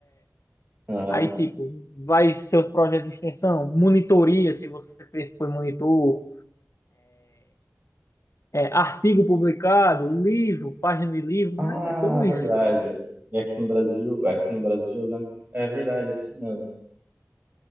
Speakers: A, on the right (about 35°); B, on the left (about 65°).
A: Aham.
B: Aí, tipo, vai seu projeto de extensão, monitoria, se você fez, foi monitor, é, artigo publicado, livro, página de livro,
A: Ah,
B: né? É tudo
A: verdade.
B: isso.
A: E aqui no Brasil, aqui no Brasil, eu lembro- é verdade, é assim mesmo.